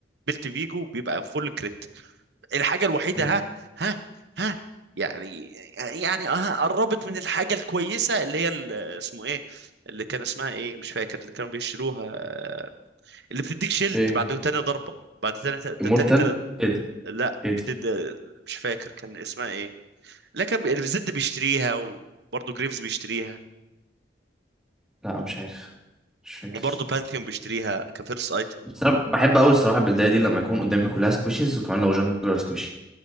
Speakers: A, on the right (about 70°); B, in the centre.
A: بيلت فيجو بيبقى فول كريت الحاجه الوحيده
B: مم.
A: ها ها ها يعني يعني اه قربت من الحاجه الكويسه اللي هي ال- اسمه ايه اللي كان اسمها ايه مش فاكر اللي كانوا بيشتروها اللي بتديك شيلد
B: ايه
A: بعد تاني ضربه بعد تاني تاني
B: امورتال
A: تاني
B: ايه ده
A: لا
B: ايه
A: بتد...
B: دي
A: مش فاكر كان اسمها ايه لا كان بي- الزد بيشتريها وبرضه جريفز بيشتريها
B: لا مش عارف مش فاكر
A: وبرضه بانثيون بيشتريها كفيرست ايتم
B: بس انا بحب قوي الصراحه البلديه دي لما يكون قدامي كلها سكويشز وكمان لو جانجلر سكوشي